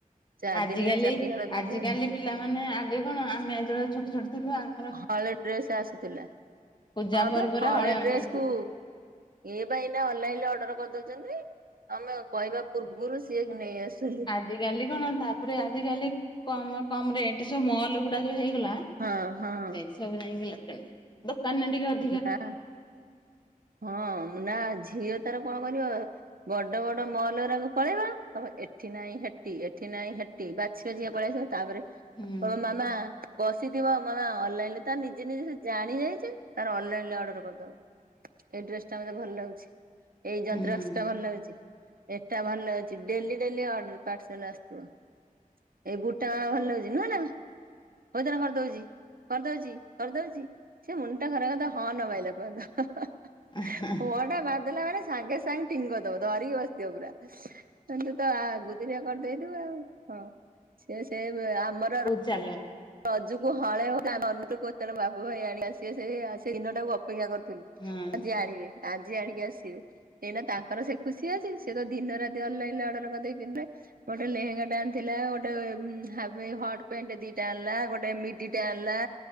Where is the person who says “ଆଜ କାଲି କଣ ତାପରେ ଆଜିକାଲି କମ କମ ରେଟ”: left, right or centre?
Left